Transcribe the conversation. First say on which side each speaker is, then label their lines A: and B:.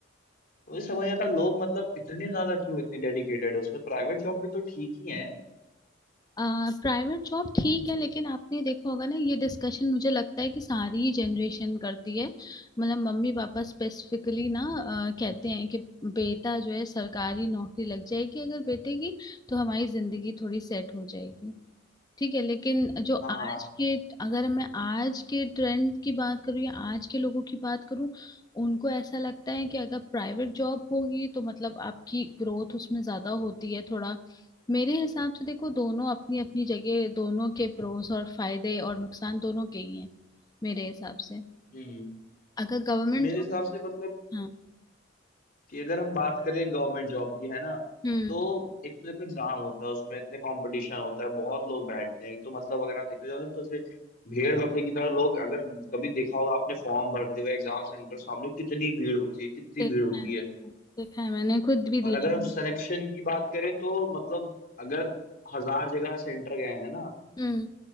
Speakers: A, on the left; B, on the left.
A: तो मुझे समझ नहीं आता लोग मतलब इतने ज्यादा क्यों इतने डेडिकेटेड है उसमें प्राइवेट जॉब भी तो ठीक ही है
B: आ, प्राइवेट जॉब ठीक है लेकिन आपने देखा होगा ना ये डिस्कशन मुझे लगता है कि सारी ही जनरेशन करती है मतलब मम्मी पापा स्पेसिफिकली ना अ, कहते हैं कि बेटा जो है सरकारी नौकरी लग जाएगी अगर बेटे की तो हमारी जिंदगी थोड़ी सेट हो जाएगी ठीक है लेकिन जो
A: हाँ
B: आज के अगर मैं आज के ट्रेंड की बात करूँ या आज के लोगों की बात करूँ उनको ऐसा लगता है कि अगर प्राइवेट जॉब होगी तो मतलब आपकी ग्रोथ उसमें ज्यादा होती है थोड़ा मेरे हिसाब से देखो दोनों अपनी अपनी जगह दोनों के प्रोस और फायदे और नुकसान दोनों के ही हैं मेरे हिसाब से
A: हम्म
B: अगर गवर्नमेंट
A: मेरे
B: जॉब
A: हिसाब से मतलब
B: हाँ
A: कि अगर हम बात करें गवर्नमेंट जॉब की है ना
B: हम्म
A: तो एक तो देखो एग्जाम होता है उसमें इतने कंपटीशन होता है बहुत लोग बैठते हैं एक तो मतलब अगर आप देखा जाए तो ऐसे भेड़ बकरी की तरह लोग अगर कभी देखा होगा आपने फॉर्म भरते हुए एग्जाम सेंटर सामने कितनी भीड़ होती है कितनी
B: देखा
A: भीड़ होती
B: है
A: है
B: देखा है देखा है मैंने खुद भी दिए
A: और अगर
B: हैं।
A: हम सिलेक्शन की बात करें तो मतलब अगर हजार जगह सेंटर गए हैं ना
B: हम्म